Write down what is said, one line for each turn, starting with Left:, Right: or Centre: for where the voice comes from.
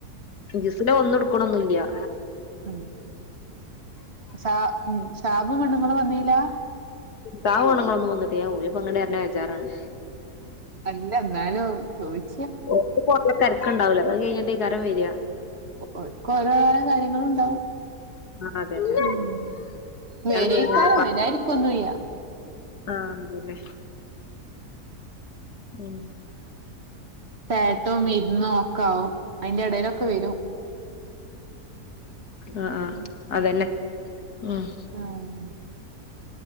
Left: ജിസിനെ ഒന്ന് ഇട്ക്കൊന്നുല്ല്യാ
Right: മം ശാ ഷാബും പെണ്ണുങ്ങളും വന്നീലാ
Left: താഓണങ്ങളൊന്നും വന്നിട്ട ഞാൻ ഒരു <unintelligible> വെജാറാണ്
Right: ഇല്ല ഇന്നാലും ചോയിച്ച
Left: പൊറത്തുപോണ്ടേ തെരക്കുണ്ടാവൂല്ല അത് കഴിഞ്ഞിട്ടയ്ക്കാരിം വേര.
Right: ഒക്ക ഓരോര കാര്യങ്ങളും ഇണ്ടാവും
Left: ആ അതന്നെ
Right: മം വേരയ്ക്കാരിം
Left: കല്യാണം കഴിഞ്ഞാലപ്പ
Right: വരായിരിക്കൊന്നൂല്യ
Left: ആഹ് അതെലെ മം
Right: പേട്ടും വിരുന്നും ഒക്കെ ആവും അയി ന്റെ ഇടയിലൊക്കെ വെരും.
Left: ആ ആ
Right: ഉം
Left: അതെന്നെ. മം
Right: ഉം